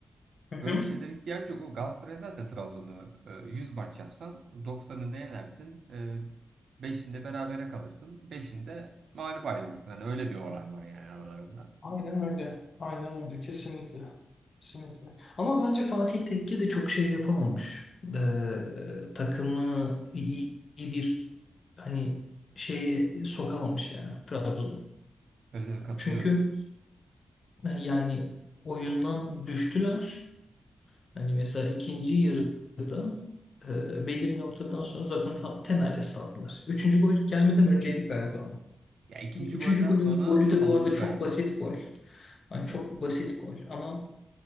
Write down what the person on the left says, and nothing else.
Hı hı.
Aynen öyle. Aynen öyle. Kesinlikle. Kesinlikle. Ama bence Fatih Tekke de çok şey yapamamış. Ee, takımı iyi, iyi bir hani şeye sokamamış yani Trabzon'u.
Çünkü e, yani oyundan düştüler. Hani mesela ikinci yarıda e, belli bir noktadan sonra zaten ta- temelde saldılar. Üçüncü gol gelmeden önceydi galiba ama.
Üçüncü
golün
golü
de bu arada çok
basit gol. Hani çok basit gol ama